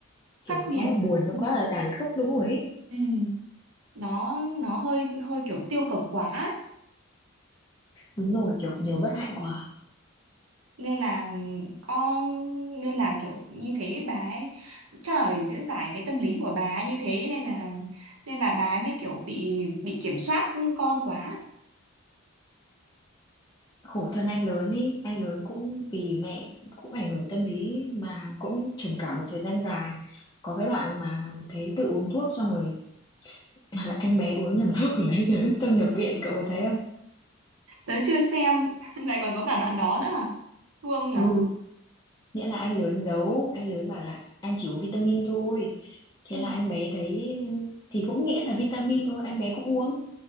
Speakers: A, on the left (about 20°); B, on the right (about 80°).
A: kiểu
B: Khắc
A: nó
B: nghiệt
A: quá là buồn nó
B: ừ.
A: quá là tàn khốc đúng rồi ấy.
B: Ừ. Đó nó hơi hơi kiểu tiêu cực quá ấy.
A: đúng rồi kiểu nhiều bất hạnh quá
B: nên là ừm, có nên là kiểu như thế bà ấy chắc là để diễn giải cái tâm lý của bà ấy như thế nên là nên là bà ấy mới kiểu bị bị kiểm soát con quá
A: khổ thân anh lớn ý anh lớn cũng vì mẹ cũng ảnh hưởng tâm lý mà cũng trầm cảm một thời gian dài có cái đoạn mà thấy tự uống thuốc xong rồi <laughs> anh bé uống nhầm thuốc thì anh lớn tâm nhập viện cậu có thấy không
B: tớ chưa xem <laughs> lại còn có cả đoạn đó nữa à? thương nhở
A: ừ nghĩa là anh lớn giấu anh lớn bảo là anh chỉ uống vitamin thôi thế
B: ừ.
A: là anh bé thấy thì cũng nghĩ là vitamin thôi anh bé cũng uống